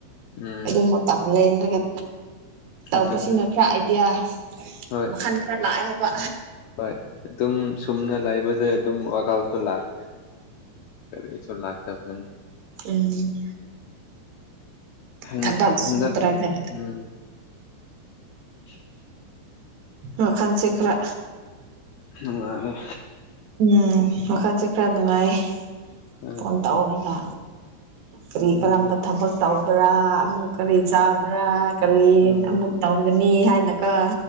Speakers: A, on the left; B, on the right.
A: ꯎꯝ
B: ꯑꯗꯨꯝꯕ ꯃꯇꯝ ꯂꯦꯜꯂꯥꯒ ꯇꯧꯕꯁꯤꯅ
A: ꯑꯗꯨ
B: ꯈꯔ ꯑꯥꯏꯗꯤꯌꯥ
A: ꯍꯣꯏ
B: ꯃꯈꯜ ꯈꯔ ꯂꯥꯛꯑꯦ ꯍꯥꯏꯕ
A: ꯍꯣꯏ ꯑꯗꯨꯝ ꯁꯨꯝꯅ ꯂꯩꯕꯁꯦ ꯑꯗꯨꯝ ꯥꯂꯧꯁꯨ ꯂꯥꯛꯇꯦ ꯀꯔꯤꯁꯨ ꯂꯥꯛꯇꯕꯅꯤ
B: ꯎꯝ
A: ꯍꯟ
B: ꯊꯕꯛ
A: ꯍꯟꯗꯛ
B: ꯁꯨꯇ꯭ꯔꯒ
A: ꯎꯝ <unintelligible>
B: ꯋꯥꯈꯟꯁꯤ ꯈꯔ
A: ꯅꯨꯡꯉꯥꯏꯔꯤ
B: ꯎꯝ ꯋꯥꯈꯜꯁꯦ ꯈꯔ ꯅꯨꯡꯉꯥꯏꯌꯦ
A: ꯍꯣꯏ
B: ꯐꯣꯟ ꯇꯧꯔꯒ ꯀꯔꯤ ꯀꯔꯝꯕ
A: ꯎꯝ
B: ꯊꯕꯛ ꯇꯧꯕ꯭ꯔꯥ ꯑꯃꯨꯛ ꯀꯔꯤ ꯆꯥꯕ꯭ꯔꯥ ꯀꯔꯤ
A: ꯑꯥ
B: ꯑꯃꯨꯛ ꯇꯧꯒꯅꯤ ꯍꯥꯏꯅꯀꯣ